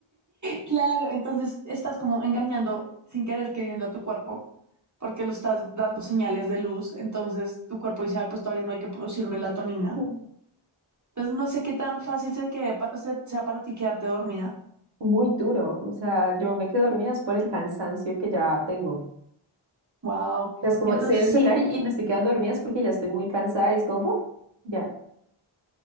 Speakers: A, on the right; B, on the right.
A: Claro, entonces estás como engañando sin querer queriendo a tu cuerpo porque lo estás dando señales de luz, entonces tu cuerpo dice, "Ah, pues todavía no hay que producir melatonina.
B: Mm.
A: Entonces no sé qué tan fácil se quede pa- o sea, sea para ti quedarte dormida.
B: Muy duro, o sea, yo me quedo dormida es por el cansancio que ya tengo. O
A: Wow.
B: sea, es como
A: Entonces
B: estoy en el
A: sí,
B: celular y, y me estoy quedando dormida es porque ya estoy muy cansada y es como, ¡pum! ya.